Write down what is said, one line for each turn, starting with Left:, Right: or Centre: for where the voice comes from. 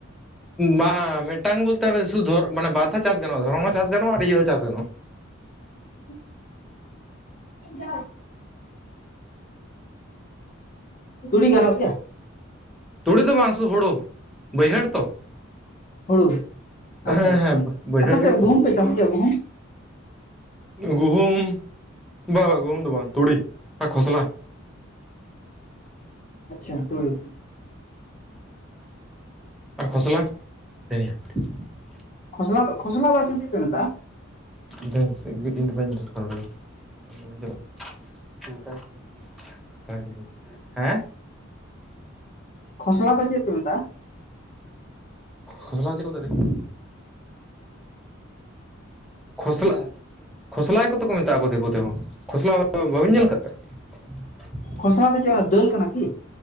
Centre: ᱵᱟᱝ ᱢᱤᱫᱴᱟᱝ ᱵᱚᱞ ᱛᱮ ᱥᱩᱫᱩ ᱫᱷᱚᱨ ᱢᱟᱱᱮ ᱵᱟᱨ ᱫᱷᱟᱣ ᱪᱟᱥ ᱜᱟᱱᱚᱜ-ᱟ ᱫᱷᱚᱨᱚᱱ ᱦᱚᱸ ᱪᱟᱥ ᱜᱟᱱᱚᱜ ᱟᱨ ᱤᱭᱟᱹ ᱦᱚᱸ ᱪᱟᱥ ᱜᱟᱱᱚᱜ-ᱟ᱾
Left: <inaudible> ᱛᱩᱸᱲᱤ ᱜᱟᱱᱚᱜ ᱜᱮᱭᱟ?
Centre: ᱛᱩᱸᱲᱤ ᱫᱚ ᱵᱟᱝ ᱥᱩᱫᱩ ᱦᱳᱲᱳ ᱵᱟᱹᱭᱦᱟᱹᱲ ᱛᱚ᱾
Left: ᱦᱩᱲᱩ ᱟᱪᱪᱷᱟ,
Centre: ᱦᱮᱸ
Left: ᱟᱪᱪᱷᱟ
Centre: ᱦᱮᱸ ᱵᱟᱹᱭᱦᱟᱹᱲ
Left: ᱟᱯᱮ
Centre: ᱨᱮᱜᱮ
Left: ᱥᱮᱫ
Centre: ᱛᱚ
Left: ᱜᱩᱦᱩᱢ ᱯᱮ ᱪᱟᱥ ᱜᱮᱭᱟ ᱜᱩᱦᱩᱢ?
Centre: ᱜᱩᱦᱩᱢ ᱵᱟᱝ ᱵᱟᱝ ᱜᱩᱦᱩᱢ ᱫᱚ ᱵᱟᱝ ᱛᱩᱲᱤ ᱟᱨ ᱠᱷᱚᱥᱞᱟ
Left: ᱟᱪᱪᱷᱟ ᱛᱳᱨᱤ
Centre: ᱟᱨ ᱠᱷᱚᱥᱞᱟ ᱫᱚ <unintelligible>
Left: ᱠᱷᱚᱥᱞᱟ <unintelligible> ᱠᱷᱚᱥᱞᱟ ᱫᱚ ᱪᱮᱫ ᱡᱮ ᱢᱮᱛᱟᱜᱼᱟ
Centre: ᱡᱟᱦᱟᱸ ᱥᱮᱫ ᱜᱮ ᱤᱧᱫᱚ ᱵᱟᱹᱧ ᱫᱚᱨᱠᱟᱨᱟ <unintelligible> <unintelligible> ᱪᱟᱞᱟᱜᱼᱟ ᱦᱮᱸ
Left: ᱠᱷᱚᱥᱞᱟ ᱫᱚ ᱪᱮ ᱯᱮ ᱢᱮᱛᱟᱜ ᱟ?
Centre: ᱠᱷᱚᱥᱞᱟ ᱪᱮᱫ ᱠᱚ ᱢᱮᱛᱟᱜ ᱟ ᱫᱤᱠᱩ ᱛᱮ? ᱠᱷᱚᱥᱞᱟ ᱠᱷᱚᱥᱞᱟᱭ ᱠᱚᱛᱮ ᱠᱚ ᱢᱮᱛᱟᱜ ᱠᱚ ᱫᱤᱠᱩ ᱛᱮᱦᱚᱸ, ᱠᱷᱚᱥᱞᱟ ᱵᱟᱹᱵᱤᱱ ᱧᱮᱞ ᱟᱠᱟᱫ ᱛᱮ? <inaudible>
Left: ᱠᱷᱚᱥᱞᱟ ᱫᱚ ᱪᱮᱫ ᱚᱱᱟ ᱫᱟᱹᱞ ᱠᱟᱱᱟ ᱠᱤ?